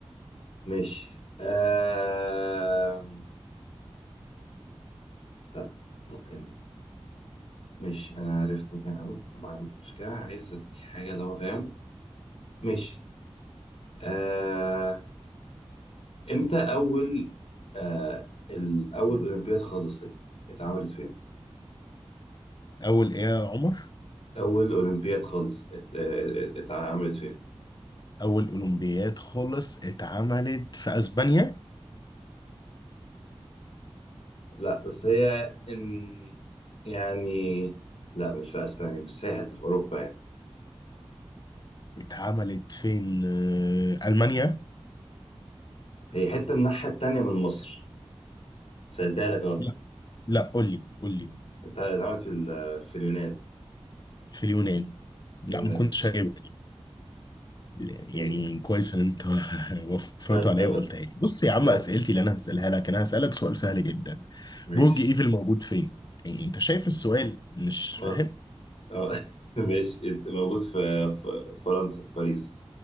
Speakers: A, on the left; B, on the left.
A: ماشي آه... استنى ممكن ماشي أنا عرفت ممكن أقوم مشكلة عايز أديك حاجة اللي هو فاهم ماشي آه... امتى اول آه ال- اول اولمبياد خالص ات- اتعملت فين
B: اول ايه يا عمر
A: اول اولمبياد خالص ات- آه، اتعملت فين
B: اول اولمبياد خالص اتعملت في اسبانيا
A: لا بس هي ان يعني لا مش في اسبانيا بس هي حته في اوروبا يعني
B: اتعملت فين آه، المانيا
A: هي حته الناحيه التانيه من مصر سألتها لك اهو
B: لا لا قول لي قول لي
A: ات- اتعملت في ال- في اليونان
B: في اليونان لا
A: في اليونان
B: ما كنتش هجيبها يعني
A: إيه.
B: كويس ان انت <laughs> وفرته
A: لا
B: عليا
A: لا
B: وقلتها لي بص يا عم
A: لا
B: اسئلتي اللي انا هسالها لك انا هسالك سؤال سهل جدا
A: ماشي
B: برج ايفل موجود فين يعني انت شايف السؤال مش
A: اه
B: فاهم
A: اه <laughs> ماشي موجود في في فرنسا في باريس